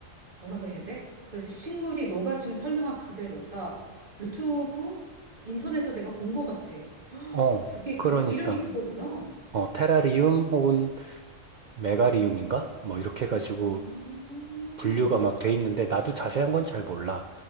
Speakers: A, on the right (about 40°); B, on the right (about 65°).
A: 뭐라고 해야 돼? 그 식물이 너가 지금 설명한 그대로. 나 유튜브? 인터넷에서 내가 본 것 같아.
B: 어,
A: 그게
B: 그러니까
A: 그, 이름이 그거구나.
B: 어, 테라리움 혹은 메가리움인가? 뭐 이렇게 해가지고
A: 아,
B: 분류가 막 돼 있는데 나도 자세한 건 잘 몰라.